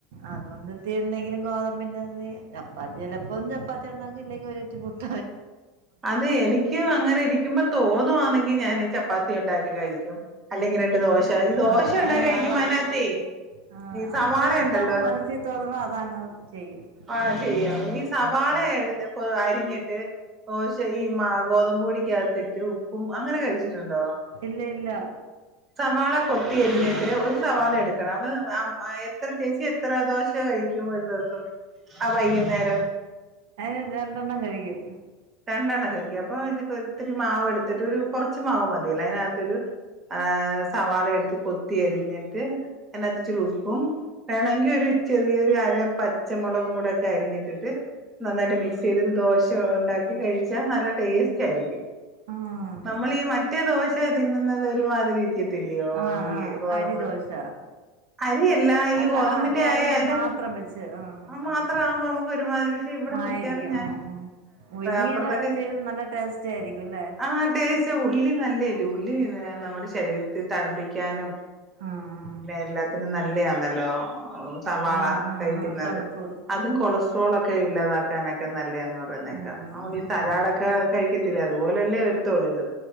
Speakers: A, on the right; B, on the right.
A: അതുകൊണ്ട്ത്തി എന്തെങ്കിലും ഗോതം പിന്നെ ചപ്പാത്തി ചിലപ്പോും ചപ്പാത്തി ഉണ്ടാക്കും ഇല്ലെങ്കിൽ ഒരുറ്റ പട്ട
B: അതെ എനിക്ക് അങ്ങനെ ഇരിക്കുമ്പോ തോന്നുവാണെങ്കിൽ ഞാ ചപ്പാത്തി ഉണ്ടാക്കി കഴിക്കും അല്ലെങ്കി രണ്ട് ദോശ ഈ ദോശ
A: ആ
B: ഉണ്ടാക്കി
A: ഏ,
B: കഴിക്കും
A: അതാ
B: അനാത്തി
A: ആ
B: സവാള
A: അപ്പോഴെന്താണ്
B: ഉണ്ടല്ലോ
A: മനസ്സിൽ തോന്നണോ അതങ്ങ് ചെയ്യും
B: ആഹ ചെയ്യാം സവാള എടുത്ത് അരിഞ്ഞിട്ട് ദോശ ഈ മാ ഗോതമ്പ്, പൊടിക്കകത്തിട്ട് ഉപ്പും അങ്ങനെ കഴിച്ചിട്ടുണ്ടോ
A: ഇല്ല ഇല്ല
B: സവാള കൊത്തി അരിഞ്ഞിട്ട് ഒരു സവാള എടുക്കണം അ എത്ര ചേച്ചി എത്ര ദോശ ദോൾ കഴിക്കും ഒരു ദിവസം ആ വൈകുന്നേരം
A: ഞാൻ അത് രണ്ടെണ്ണം കഴിക്കും
B: രണ്ടെണ്ണം കഴിക്ക അപ്പൊ ഇത് ഒത്തിരി മാവ് എടുത്തിട്ട് ഒരു കുറച്ച് മാവ് മതിയല്ല അതിനകത്തരു ആ സവാള എടുത്ത് കൊത്തിയരിഞ്ഞിട്ട് അതികത്ത് ഇച്ചിരി ഉപ്പും വേണെങ്കിൽ ഒരു ചെറിയൊരു അര പച്ചമുളകും കൂടെ ഒക്കെ അരിഞ്ഞിട്ടിട്ട് നന്നായിട്ട് മിക്സ് ചെയ്തിരു ദോശ ഉണ്ടാക്കി കഴിച്ചാ നല്ല ടേസ്റ്റ് ആയിരിക്കും
A: ആഹ്
B: നമ്മൾ ഈ മറ്റേ ദോശ തിന്നുന്നത് ഒരുമാതിരി ഇരിക്ക- ത്തില്ലയോ
A: ആഹ്
B: ഈ
A: ആഹ്
B: ഗോതമ്പ-
A: അരിദോശ
B: അരിയല്ല ഈ
A: അല്ല
B: ഗോതമ്പിന്റെ
A: ആഹ് ഗോതമ്പ്
B: ആയാലും
A: മാത്രം വെച്ച് ആഹ് ആഹ്
B: മാത്രമാകുമ്പോ
A: ആഹ്
B: നമുക്ക് ഒരുമാതിരി ഇവിടെ
A: മായിരിക്കും
B: മിക്കവാറും ഞാൻ
A: ഉം ഉം ഇങ്ങനെ
B: അപ്പുറത്തൊക്കെ
A: ചെയ്ത് നല്ല ടേസ്റ്റ് ആയിരിക്കും അല്ലേ
B: ആ ടേസ്റ്റ് ഉള്ളി നല്ലയല്ലേ ഉള്ളി നമ്മുടെ ശരീരത്തെ തണുപ്പിക്കാനും
A: ആഹ്
B: എല്ലാത്തിനും നല്ലതല്ലേ നല്ലയാണല്ലാ സവാള
A: ആഹ് ആഹ്
B: കഴിക്കുന്നത്
A: ആഹ് തണുപ്പ്
B: അതും കൊളസ്ട്രോൾക്കെ ഇല്ലാതാക്കും വക്കാനൊക്കെ നല്ലതാന്ന് പറയുന്ന കേൾക്കാം
A: ആഹ് ആഹ്
B: ഈ
A: ആഹ്
B: സലാഡ്
A: ആഹ്
B: ഒക്കെ കഴിക്കത്തില്ല അതുപലല്ലേ വെ- ഇത്